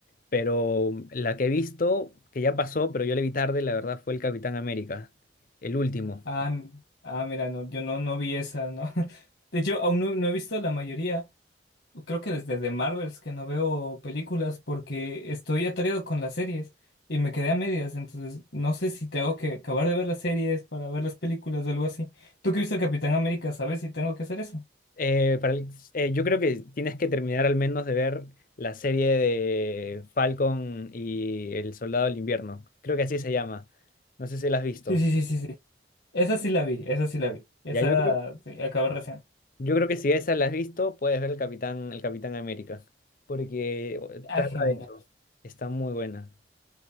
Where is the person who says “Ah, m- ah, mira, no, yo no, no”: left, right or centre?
Left